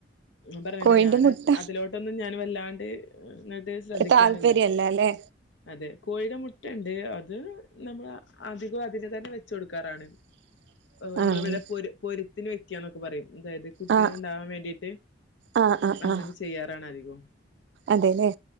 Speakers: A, on the left (about 80°); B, on the right (about 65°).
A: ഞാൻ പറഞ്ഞില്ലേ
B: കോഴിന്റെ
A: ഞാൻ
B: മുട്ട
A: അതിലോട്ടൊന്നും ഞാൻ വല്ലാണ്ട് ന്നട്ട് ശ്രദ്ധിക്കാറില്ല
B: താല്പര്യല്ല അല്ലേ
A: അതെ കോഴിയുടെ മുട്ടണ്ട് അത് നമ്മൾ അധികം അതിനെ തന്നെ വെച്ച് കൊടുക്കാറാണ്
B: <unintelligible>
A: നമ്മള്
B: ആണല്ലേ
A: ഇവിടെ പൊര് പൊരുത്തിന് വെക്ക്യന്നൊക്കെ പറയും അതായത് കുട്ടികൾ
B: ആ
A: ഉണ്ടാവാൻ വേണ്ടിയിട്ട്
B: ആ ആ
A: അങ്ങനെ
B: ആ
A: ചെയ്യാറാണ് അധികം
B: അതെല്ലേ